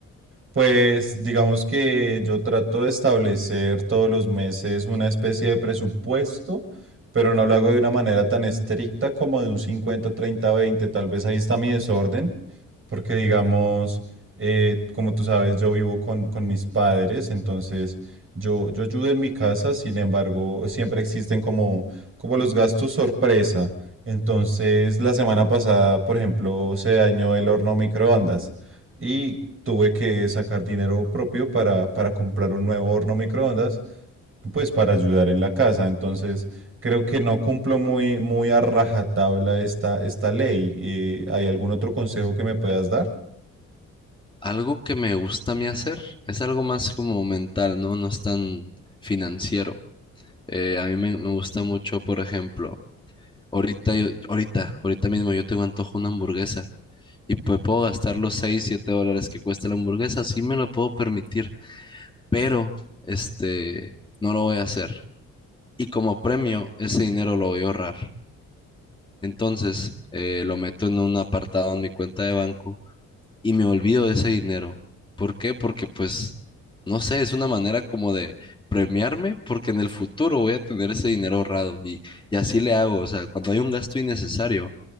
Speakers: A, on the right; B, on the left.
A: Pues digamos que yo trato de establecer todos los meses una especie de presupuesto, pero no lo hago de una manera tan estricta como de un 50 30 20. Tal vez ahí está mi desorden, porque digamos, eh, como tú sabes, yo vivo con, con mis padres, entonces yo, yo ayudo en mi casa, sin embargo, siempre existen como, como los gastos sorpresa. Entonces, la semana pasada, por ejemplo, se dañó el horno microondas. Y tuve que sacar dinero propio para, para comprar un nuevo horno microondas, pues para ayudar en la casa. Entonces, creo que no cumplo muy, muy a rajatabla esta, esta ley. Eh, ¿hay algún otro consejo que me puedas dar?
B: Algo que me gusta a mí hacer es algo más como mental, ¿no? No es tan financiero. Eh, a mí me, me gusta mucho, por ejemplo, ahorita, yo- ahorita, ahorita mismo yo tengo antojo de una hamburguesa y pues puedo gastar los 6 7 dólares que cuesta la hamburguesa, sí me lo puedo permitir, pero este, no lo voy a hacer. Y como premio, ese dinero lo voy a ahorrar. Entonces, eh, lo meto en un apartado en mi cuenta de banco y me olvido de ese dinero. ¿Por qué? Porque pues, no sé, es una manera como de premiarme porque en el futuro voy a tener ese dinero ahorrado y, y así le hago. O sea, cuando hay un gasto innecesario,